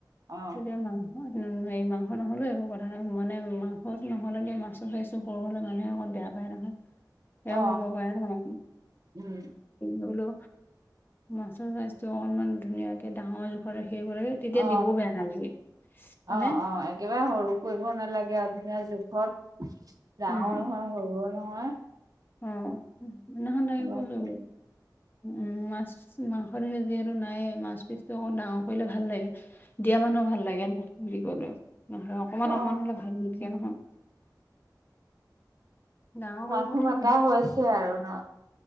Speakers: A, on the right; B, on the left.
A: অ
B: তেতিয়া মাংস, উম, হেৰি মাংস নহ'লেও একো কথা নাই মানে মা মাছ নহ'লেগে মাছো চাইছোঁ সৰু হ'লে মানুহে অকণ বেয়া পায় নহয়। বেয়া
A: অ
B: পাব পাৰে ন?
A: উম
B: বোলো, মাছৰ চাইজটো অকণমান ধুনীয়াকে ডাঙৰ জোখত ৰাখি দিব লাগে। তেতিয়া
A: অ
B: দিবও বেয়া নালাগে, মানে
A: অ অ একেবাৰে সৰু কৰিব নালাগে আৰু, ধুনীয়া জোখত, ডাঙৰ
B: উম
A: নহয় সৰুও নহয়।
B: অ', সেইদিনাখন তাকে
A: গছ
B: কৈছোঁ বোলো উম, মাছ, মাংসৰ যিহেতু নাইয়ে মাছ পিছটো অকণ ডাঙৰ কৰিলে ভাল লাগে। দিয়া মানুহ ভাল লাগে নে দিবলৈ কলে নহ'লে অকমান
A: অ
B: অকমান হলে ভাল নলগে নহয় ডাঙৰ কৰিম
A: মানুহ
B: বুলিয়ে
A: মাতা
B: ভাবো
A: হৈছে আৰু ন